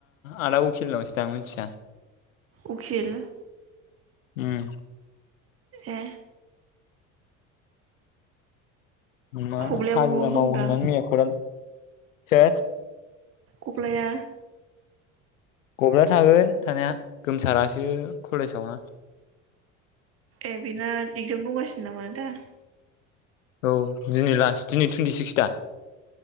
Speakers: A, on the left; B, on the right.
A: आदा उखिल लांनोसै दां मिन्थिया
B: उखिल
A: उम
B: ए
A: मा
B: गब्लायाबो
A: हाजिरा
B: न'आवनो दंदां
A: मावो होनना मैया खदाल से
B: गब्लाया
A: गब्लाया थागोन थानाया गोमसारासो खलेजाव ना
B: ए बेना एगजाम दंगासिनो नामा दा
A: औ दिनै लास दिनै टुइन्टि सिक्स दा